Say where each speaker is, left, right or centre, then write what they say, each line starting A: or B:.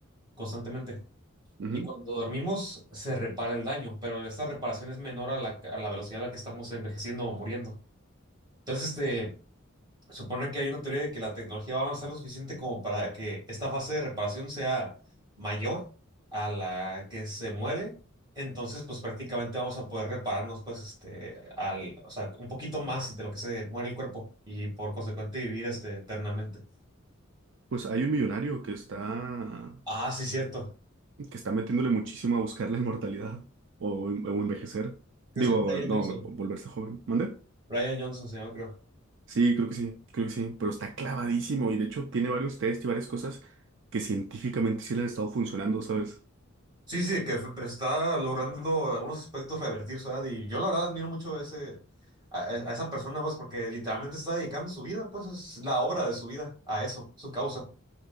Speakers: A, on the right; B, on the right.
A: constantemente.
B: Ujú.
A: Y cuando dormimos se repara el daño, pero esta reparación es menor a la, a la velocidad a la que estamos envejeciendo o muriendo. Entonces, este, supone que hay una teoría de que la tecnología va a avanzar lo suficiente como para que esta fase de reparación sea mayor a la que se muere. Entonces, pues prácticamente vamos a poder repararnos, pues, este, al, o sea, un poquito más de lo que se muere el cuerpo y por consecuente vivir, este, eternamente.
B: Pues hay un millonario que está,
A: Ah, sí, cierto.
B: que está metiéndole muchísimo a buscar la inmortalidad o, o envejecer.
A: Creo
B: Digo,
A: que es Brian
B: no,
A: Johnson.
B: volverse joven. ¿Mande?
A: Brian Johnson, señor, creo.
B: Sí, creo que sí, creo que sí, pero está clavadísimo y de hecho tiene varios test y varias cosas que científicamente sí le han estado funcionando, ¿sabes?
A: Sí, sí, que fe- pero está logrando algunos aspectos revertir su edad y yo la verdad admiro mucho a ese, a, e, a esa persona, pues, porque literalmente está dedicando su vida, pues es la obra de su vida a eso, su causa.